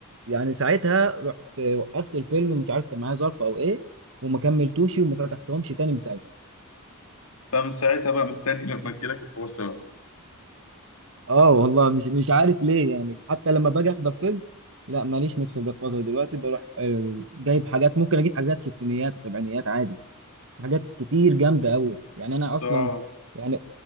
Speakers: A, on the right; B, on the left.
A: يعني ساعتها رحت وقفت الفيلم مش عارف كان معايا ظرف او ايه وما كملتوش وما فتحتهمش تاني من ساعتها
B: فمن ساعتها بقى مستني <laughs> لما تجيلك الفرصه بقى
A: اه والله مش مش عارف ليه يعني حتى لما باجي احضر فيلم لا ماليش نفس الجاد فازر دلوقتي بروح آه، جايب حاجات ممكن اجيب حاجات ستينيات وسبعينيات عادي حاجات كتير جامده قوي يعني انا
B: بس
A: اصلا
B: اه
A: يعني